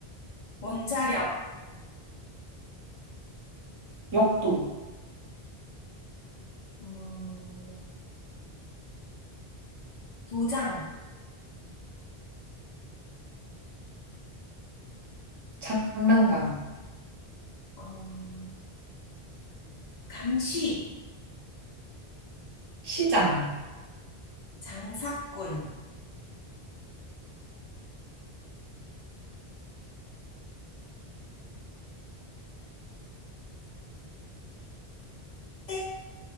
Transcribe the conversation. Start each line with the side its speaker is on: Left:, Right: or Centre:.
Left: 원자력,
Right: 역도,
Left: 어, 도장,
Right: 장난감,
Left: 어, 감시,
Right: 시장.
Left: 장사꾼, 땡,